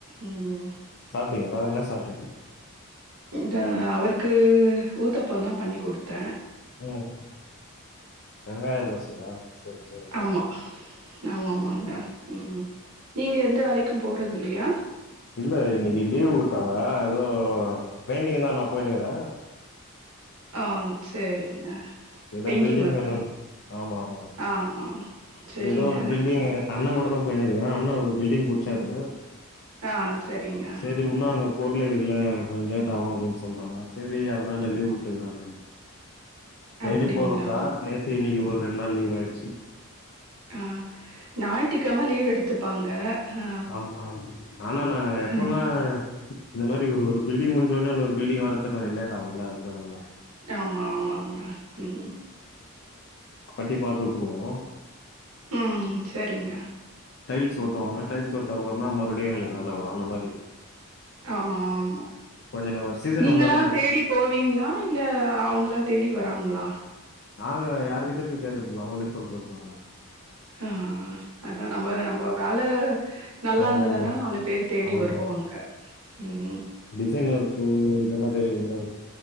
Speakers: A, on the right (about 85°); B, on the left (about 50°).
A: ம்
B: அப்டிங்களா என்ன சாப்
A: <unintelligible> அவருக்கு ஊத்தாப்பொந்தா பண்ணிக்குடுத்த
B: ம் வெங்காய தோசையா சேரி சேரி
A: ஆமா. ஆமாமாங்க ம் நீங்க எந்த வேலைக் க்கும் போறது இல்லையா
B: இல்ல இன்னக்கி லீவ் உட்டாங்க ஏதோ பெயிண்டிங் தா நா போய்னுக்குற
A: அ சேரிங்க
B: ஏதோ
A: பெயிண்ட்டிங்
B: பில்டிங்
A: ஒர்க்
B: ஒன்னு
A: பண்ணி
B: ஆமா ஆமா
A: ஆ ஆமா சரிங்க.
B: ஏதோ ஒரு பில்டிங் அண்ணங் கூட தா போய்னுருக்குற அண்ணா ஒரு பில்டிங் புச்சாரு
A: ஆ சரிங்க.
B: சேரி உன்னு அங்க பொருள் எடுக்கல கொஞ் லேட் ஆவு அப்டின் சொல்றாங்க சேரி அதுனால லீவு உட்டுக்குறாங்க டெய்லி
A: அப்படிங்களா?
B: போட்றதா நேத்து இன்னிக்கு ஒரு ரெண்டு நாள் லீவ் ஆயடுச்சு
A: ஆ ஞாயிற்றுக்கிழம லீவ் எடுத்துப்பாங்க. ஆ
B: ஆமா ஆமா ஆனா நான் எப்பனா
A: ம்.
B: இந்த மாதிரி ஒரு பில்டிங் முடிஞ்சோடனே ஒண்ணு பில்டிங் வரது கொஞ்சம்லேட ஆக இல்ல அது தானாங்க
A: ஆமா ஆமாங்க உம்
B: பட்டி பாத்துு விட்டுருவோம்
A: உம் சரிங்க
B: டைல்ஸ்ஓட்டுவாங்க டைல்ஸ்ஓட்ட அப்புறம் த மறுபடியும் எளுக்கு வேலை வரும் அந்த மாதிரி
A: ஆமா ஆமா
B: கொஞ்ச ஒரு சீசன்
A: நீங்களா
B: வந்தாதா
A: தேடி போவீங்களா இல்ல அவங்களா தேடி வராங்களா
B: நாங்க யாருகிட்ட போய் கேக்குறதில்ல அவங்களே சொல்றது தாங்க
A: ஆஹ் அதா நம்ம நம்ம வேல நல்லா
B: ஆமா
A: இருந்ததன்னா
B: ஆமா.
A: நாலு பேர் தேடி
B: ஆமா.
A: வருவோம் அங்க உம்
B: ருக்கு இதெல்லாம் தெரியங்களா